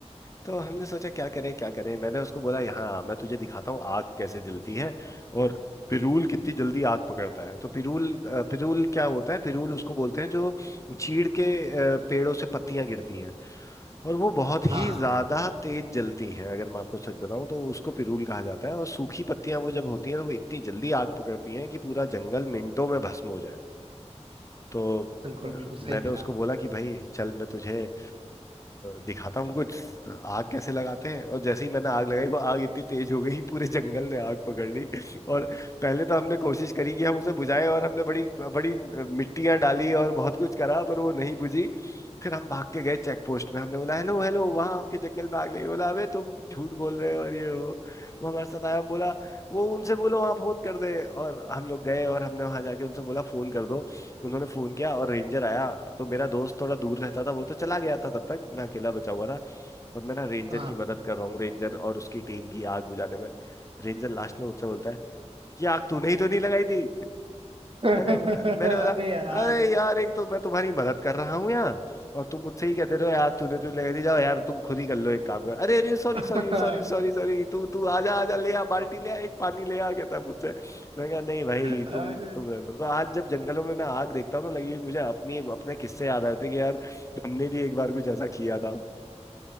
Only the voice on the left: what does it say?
तो हमने सोचा क्या करें क्या करें मैंने उसको बोला यहाँ मैं तुझे दिखाता हूँ आग कैसे जलती है और पिरूल कितनी जल्दी आग पकड़ता है तो पिरूल अ, पिरूल क्या होता है पिरूल उसको बोलते हैं जो चीड़ के अ, पेड़ों से पत्तियां गिरती हैं और वो बहुत
ही
ज्यादा तेज जलती हैं अगर मैं आपको सच बताऊं तो उसको पिरूल कहा जाता है और सूखी पत्तियां वो जब होती हैं तो वो इतनी जल्दी आग पकड़ती हैं कि पूरा जंगल मिनटों में भस्म हो जाए तो
अ, मैंने
उसको
बोला कि भाई चल मैं तुझे अ, दिखाता हूँ कुछ आग कैसे लगाते हैं और जैसे ही मैंने आग लगाई वो आग इतनी तेज हो गई पूरे जंगल ने आग पकड़ ली <laughs> और पहले तो हमने कोशिश करी कि हम उसे बुझाएं और हमने बड़ी बड़ी मिट्टियां डाली और बहुत कुछ करा पर वो नहीं बुझी फिर हम भाग के गए चेक पोस्ट में हमने बोला हेलो हेलो वहाँ आपके जंगल में आग लगी बोला अबे तुम झूठ बोल रहे हो और ये वो वो हमारे साथ आया बोला वो उनसे बोलो वहाँ फोन कर दे और हम लोग गए और हमने वहाँ जाके उनसे बोला फोन कर दो उन्होंने फोन किया और रेंजर आया तो मेरा दोस्त थोड़ा दूर रहता था वो तो चला गया था तब तक मैं अकेला बचा हुआ था और मैं ना रेंजर
की मदद कर रहा हूँ रेंजर और उसकी टीम की आग बुझाने में रेंजर लास्ट में मुझसे बोलता है ये आग तूने ही तो नहीं लगाई थी
मैंने मैंने
बोला
अरे यार एक तो मैं तुम्हारी मदद कर रहा हूँ यहाँ और तुम मुझसे ही कह दे रहे हो यार तूने तू लगा दी जाओ यार तुम खुद ही कर लो एक काम कर अरे अरे sorry
sorry sorry sorry sorry तू तू आजा आजा ले आ बाल्टी ले आ एक पानी ले आ कहता है मुझसे मैंने कहा नहीं भाई
तुम तुम रहने दो तो आज जब जंगलों में मैं आग देखता हूँ ना लगी हुई मुझे अपनी अपने किस्से याद आते हैं कि यार हमने भी एक बार कुछ ऐसा किया था